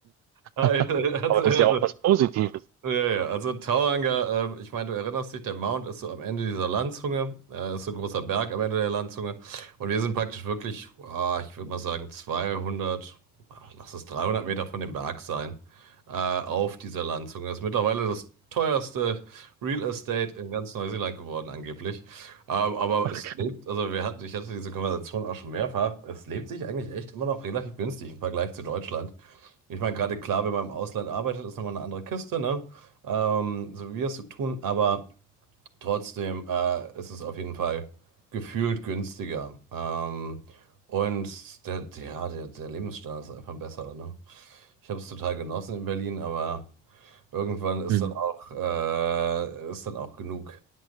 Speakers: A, on the right; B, on the right.
A: Also,
B: <laughs> Aber das ist ja auch was Positives.
A: Ja, ja, ja. also Tauranga, äh, ich meine, du erinnerst dich, der Mount ist so am Ende dieser Landzunge, äh, ist so ein großer Berg am Ende der Landzunge. Und wir sind praktisch wirklich, ah, ich würde mal sagen, 200, ah, lass es 300 Meter von dem Berg sein, äh, auf dieser Landzunge. Das ist mittlerweile das teuerste Real Estate in ganz Neuseeland geworden, angeblich. Ähm, aber
B: Ach,
A: es
B: krass.
A: lebt, also wir hatten, ich hatte diese Konversation auch schon mehrfach, es lebt sich eigentlich echt immer noch relativ günstig im Vergleich zu Deutschland. Ich meine, gerade klar, wenn man im Ausland arbeitet, ist nochmal eine andere Kiste, ne? Ähm, so wie wir es tun, aber trotzdem äh, ist es auf jeden Fall gefühlt günstiger. Ähm, und der, ja, der, der Lebensstandard ist einfach besser, ne? Ich habe es total genossen in Berlin, aber irgendwann ist
B: Mhm.
A: dann auch, äh, ist dann auch genug.